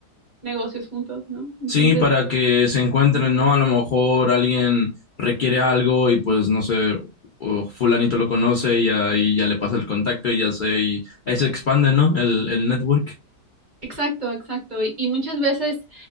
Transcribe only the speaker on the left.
Sí, para que se encuentren, ¿no? A lo mejor alguien requiere algo y pues no sé, o fulanito lo conoce y ahí ya le pasa el contacto y ya se, y ahí se expande, ¿no? El, el network.